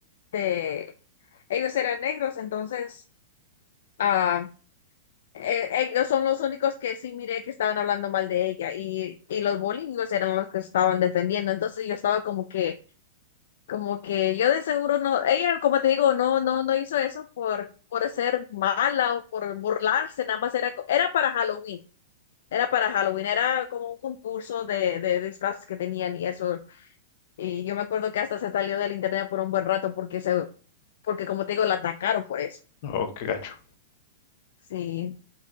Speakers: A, on the left (about 70°); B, on the left (about 55°).
A: de, ellos eran negros, entonces ah, e- ellos son los únicos que sí miré que estaban hablando mal de ella y, y los bullyingos eran los que estaban defendiendo, entonces yo estaba como que como que yo de seguro no, ella, como te digo, no, no, no hizo eso por, por ser mala o por burlarse, nada más era, co- era para Halloween, era para Halloween, era como un concurso de, de, disfraces que tenían y eso. Y yo me acuerdo que hasta se salió del internet por un buen rato porque se, porque como te digo, la atacaron por eso.
B: Oh, qué gacho.
A: Sí,